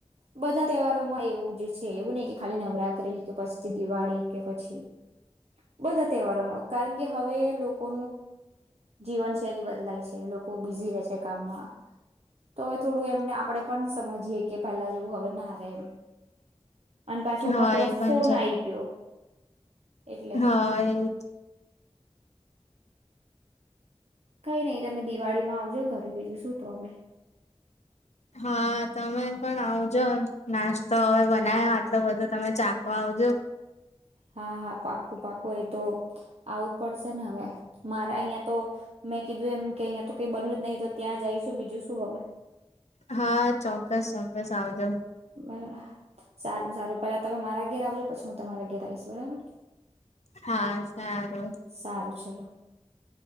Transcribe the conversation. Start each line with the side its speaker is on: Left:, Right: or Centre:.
Right: બધાં તહેવારોમાં એવું જ છે એવું નય કે ખાલી નવરાત્રી કે પછી દિવાળી કે પછી બધા તહેવારોમાં. કાલ. કે હવે લોકો. જીવન શૈલી બદલાય છે, લોકો બીઝી રહી છે, કામમાં તો હવે થોડું એમને આપડે પણ સમજીયએ કે પેલા જેવું હવેને હરે એમ અને પાછી ઉપરથી
Left: હા
Right: પાછી
Left: એ પણ
Right: ફોન
Left: છે
Right: આઈ ગયો. એટલે
Left: હા એજ
Right: કઈ નઈ તમે દિવાળી માં આવજો ઘરે બીજું શું તો હવે.
Left: હા તમે પણ આવજો એમ. નાચ તો હવે બનાવ આટલ બધું તમે ચાખવા આવજો.
Right: હા હા પાકું પાકું એ તો આવું જ પડશે ને હવે મારે અહિયાં તો મેં કીધું એમ કે અહિયાં તો કઈ બન્યું જ નહી તો ત્યાં જઈશું બીજું શું હવે
Left: હા ચો બસ બસ આવજાવ.
Right: બ સારું સારું પેલા તમે મારા ઘેર આવજો પછી હું તમારા ઘેરે આવીશ. બરાબર
Left: હા સારું
Right: સારું ચલો.